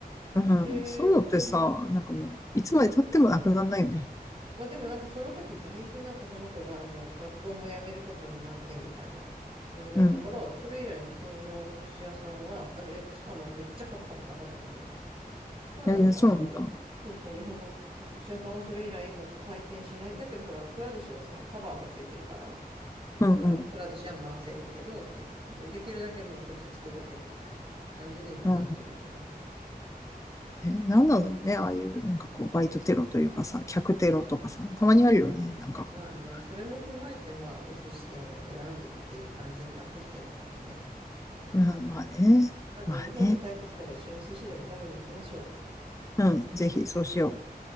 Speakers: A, on the left; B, on the right.
A: うん、
B: で
A: そういうのってさ、なんかもう、
B: うん。
A: いつまで経ってもなくならないよね。
B: まあでもなんかその時だいぶなんかその子がもう学校も辞めることになってみたいな感じだったから、
A: うん。
B: それ以来日本のお寿司屋さんは、あ、で、しかもめっちゃ株価も下がったのね。はなんかあの、
A: 全然そうなんだ。
B: そうそう、日本のお寿司屋さんはそれ以来もう回転しない。だけどほら、くら寿司はさ、カバーがついてるから、
A: うんうん。
B: だからくら寿司は回せるけどっていう感じで、できるだけもう直接届けるみたいな感じに今なってるよね。
A: うん、え、なんなんだろうね。ああいう、なんかこう、バイトテロというかさ、客テロとかさ、たまにあるよね。なんかこう、
B: まあね、それも踏まえてまあお寿司店を選ぶっていう感じになってきてんのかもね。
A: うん、まあね。
B: まあ、じゃあ日本に帰ってきたら一緒に寿司でも食べに行きましょう。
A: まあね。うん、ぜひそうしよう。